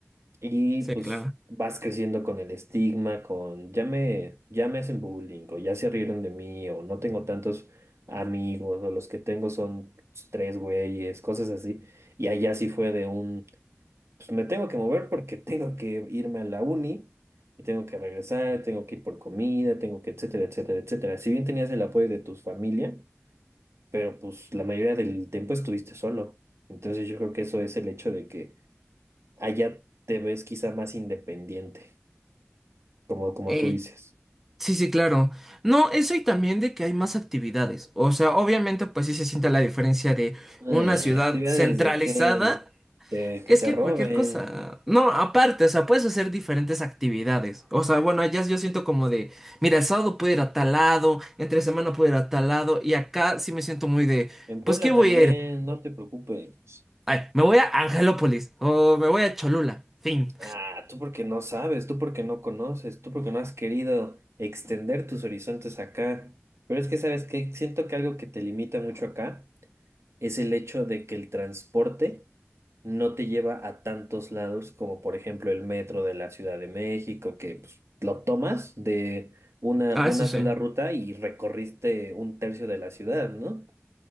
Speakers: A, on the right (about 65°); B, in the centre.
A: Y
B: Sí,
A: pues
B: claro.
A: vas creciendo con el estigma, con ya me, ya me hacen bullying, o ya se rieron de mí, o no tengo tantos amigos, o los que tengo son pues, tres güeyes, cosas así. Y allá sí fue de un, pues me tengo que mover porque <laughs> tengo que irme a la uni, y tengo que regresar, tengo que ir por comida, tengo que, etcétera, etcétera, etcétera. Si bien tenías el apoyo de tu familia, pero pues la mayoría del tiempo estuviste solo. Entonces yo creo que eso es el hecho de que allá te ves quizá más independiente, como, como
B: Eh,
A: tú dices.
B: Sí, sí, claro. No, eso y también de que hay más actividades. O sea, obviamente, pues sí se siente la diferencia de
A: Eh,
B: una ciudad
A: actividades
B: centralizada.
A: de que te,
B: Es
A: que te
B: que
A: roben.
B: cualquier cosa. No, aparte, o sea, puedes hacer diferentes actividades. O sea, bueno, allá yo siento como de, mira, el sábado puedo ir a tal lado, entre semana puedo ir a tal lado, y acá sí me siento muy de,
A: En Puebla
B: pues, ¿qué voy
A: también,
B: a ir?
A: no te preocupes.
B: Ay, me voy a Angelópolis, o me voy a Cholula, fin.
A: Ah, tú porque no sabes, tú porque no conoces, tú porque no has querido extender tus horizontes acá. Pero es que, ¿sabes qué? Siento que algo que te limita mucho acá es el hecho de que el transporte no te lleva a tantos lados como por ejemplo el metro de la Ciudad de México, que pues, lo tomas de una,
B: Ah,
A: una
B: eso sí.
A: sola ruta y recorriste un tercio de la ciudad, ¿no?